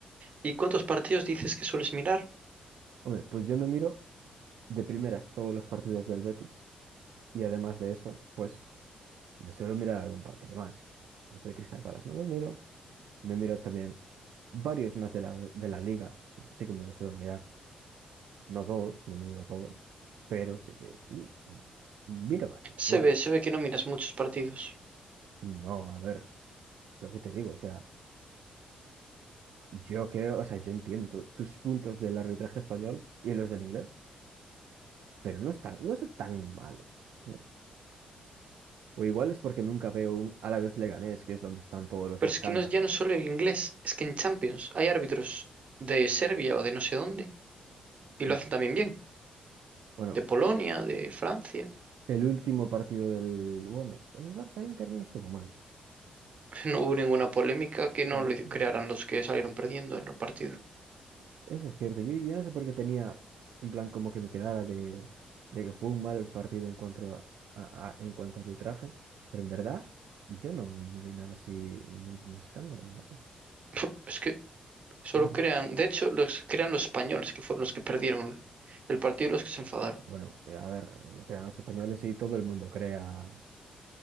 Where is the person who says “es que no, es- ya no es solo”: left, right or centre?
Right